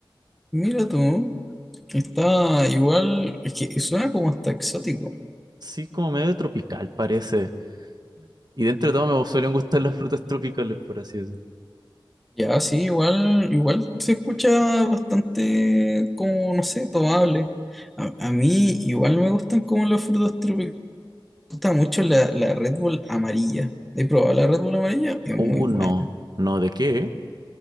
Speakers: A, in the centre; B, on the right.
A: mira tú. Está igual, es que suena como hasta exótico.
B: Sí, como medio tropical parece. Y dentro de todo me suelen gustar las frutas tropicales, por así decirlo.
A: Ya, sí, igual, igual se escucha bastante como, no sé, tomable. A, a mí igual me gustan como los frutos tropicales. Me gusta mucho la, la Red Bull amarilla. He probado la Red Bull amarilla, es
B: Uh,
A: muy buena.
B: no. No, ¿de qué?